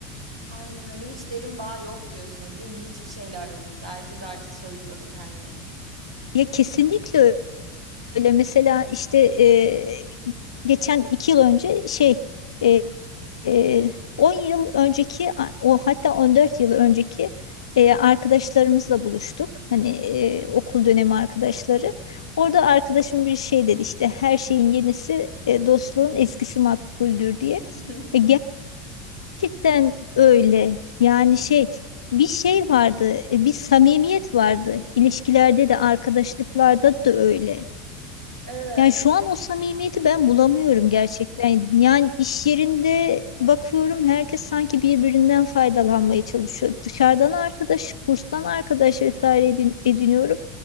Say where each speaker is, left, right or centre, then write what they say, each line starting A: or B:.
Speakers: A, on the right (about 90°); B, on the left (about 85°).
A: Aynen öyle hiç derin bağ yok diyorsunuz değil mi? Hiçbir şeyle aramızda herkes artık soyutladı kendini.
B: ya kesinlikle Öyle mesela işte e, geçen iki yıl önce şey e, e, 10 yıl önceki a- o hatta 14 yıl önceki e, arkadaşlarımızla buluştuk. Hani e, okul dönemi arkadaşları. Orada arkadaşım bir şey dedi işte her şeyin yenisi e, dostluğun eskisi makbuldür diye.
A: <laughs>
B: Ve gerçekten öyle. Yani şey bir şey vardı, e, bir samimiyet vardı. İlişkilerde de arkadaşlıklarda da öyle.
A: Evet.
B: Yani şu an o samimiyeti ben bulamıyorum gerçekten. Yani iş yerinde bakıyorum herkes sanki birbirinden faydalanmaya çalışıyor. Dışarıdan arkadaş, kurstan arkadaş vesaire edin- ediniyorum.